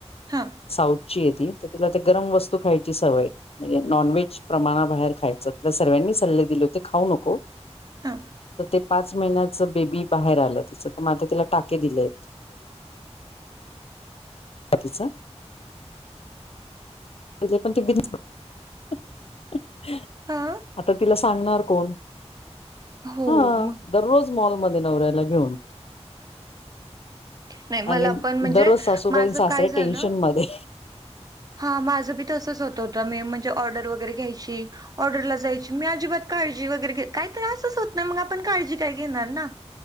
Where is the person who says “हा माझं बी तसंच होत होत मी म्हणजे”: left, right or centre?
Right